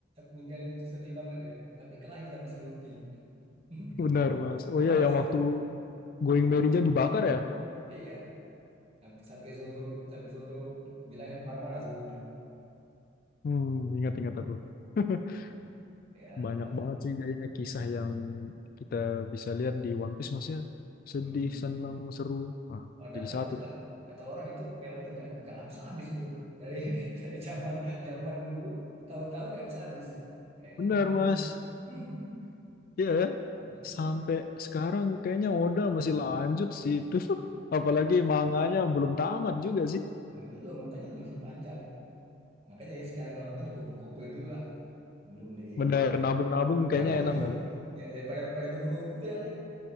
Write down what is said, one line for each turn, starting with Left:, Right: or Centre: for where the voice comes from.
Right: ninggalin itu sedih banget dia. Sampai kelahi sama si Luffy. <laughs>
Left: benar Mas.
Right: Untung
Left: Oh ya
Right: ada
Left: yang waktu Going Merry-nya dibakar ya.
Right: iya sampai Zoro sampai Zoro bilang sampai marah-marah Zoronya.
Left: Hmm, ingat-ingat aku. <laughs>
Right: Ya,
Left: Banyak
Right: Pak.
Left: banget sih jadinya kisah yang kita bisa lihat di One Piece Mas ya. Sedih,
Right: Mm-mm.
Left: senang, seru. Nah,
Right: Padahal
Left: jadi satu
Right: itu kak
Left: tuh.
Right: kata orang itu filmnya nggak nggak habis-habis itu dari <laughs> dari zaman zaman dulu bertahun-tahun nggak habis-habis kayak never
Left: Benar
Right: ending.
Left: Mas.
Right: <laughs>
Left: Ya,
Right: Makanya
Left: sampai sekarang kayaknya Oda masih lanjut sih itu. <laughs> Apalagi manganya belum tamat juga
Right: <laughs>
Left: sih.
Right: makanya belum makanya itu masih panjang. Makanya ya sekarang kalau nonton dikumpul-kumpul dulu lah, belum di
Left: Bener, nabung-nabung
Right: <laughs> nabung
Left: kayaknya enak
Right: dulu.
Left: nabung.
Right: Ya daripada pada nunggu-nunggu ya kan